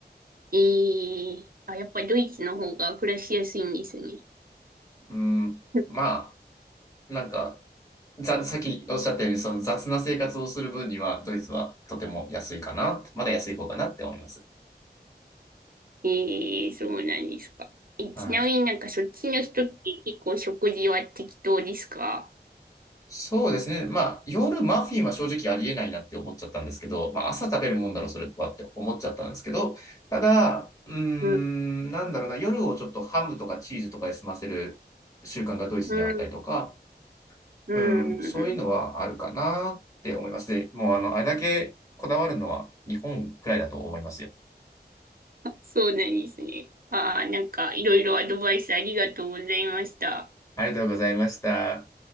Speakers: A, on the right (about 55°); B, on the left (about 20°).
A: えー、あ、やっぱりドイツの方が暮らしやすいんですね。
B: うん、
A: <laughs>
B: まあ、なんか、ざ、さっきおっしゃったように、その雑な生活をする分には、ドイツはとても安いかな、まだ安い方かなって思います。
A: ええそうなんですか。え、
B: はい。
A: ちなみになんかそっちの人って結構食事は適当ですか
B: そうですね。まあ、夜マフィンは正直ありえないなって思っちゃったんですけど、まあ、朝食べるもんだろ、それはって思っちゃったんですけど、ただ、うーん、
A: うん。
B: なんだろうな、夜をちょっとハムとかチーズとかで済ませる習慣がドイツにあったりとか、
A: うん。うん。
B: うん、そういうのはあるかなって思います。で、もうあの、あれだけこだわるのは日本くらいだと思いますよ。
A: そうなんですね。ああ、なんかいろいろアドバイスありがとうございました。
B: ありがとうございました。